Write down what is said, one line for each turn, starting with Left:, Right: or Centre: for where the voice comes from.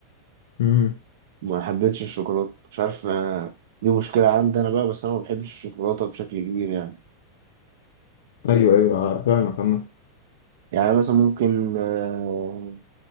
Left: امم
Right: ما حبيتش الشوكولاته مش عارف آه، دي مشكله عندي انا بقى بس انا ما بحبش الشوكولاته بشكل كبير يعني
Left: ايوه ايوه فاهمك عامة.
Right: يعني مثلا ممكن آه،